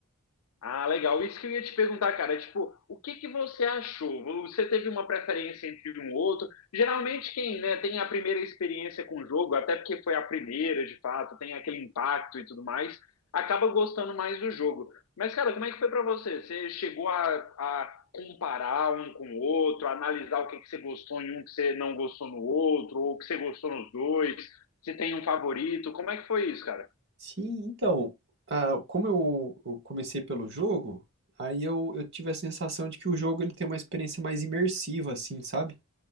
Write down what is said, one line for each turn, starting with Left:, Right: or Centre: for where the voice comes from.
Left: Ah, legal. Isso que eu ia te perguntar, cara. Tipo, o que que você achou? Você teve uma preferência entre um ou outro? Geralmente quem, né, tem a primeira experiência com o jogo, até porque foi a primeira, de fato, tem aquele impacto e tudo mais, acaba gostando mais do jogo. Mas, cara, como é que foi pra você? Você chegou a, a comparar um com o outro, a analisar o que que você gostou em um que você não gostou no outro, ou o que você gostou nos dois? Se tem um favorito? Como é que foi isso, cara?
Right: Sim, então, ah, como eu, eu comecei pelo jogo, aí eu, eu tive a sensação de que o jogo ele tem uma experiência mais imersiva, assim, sabe?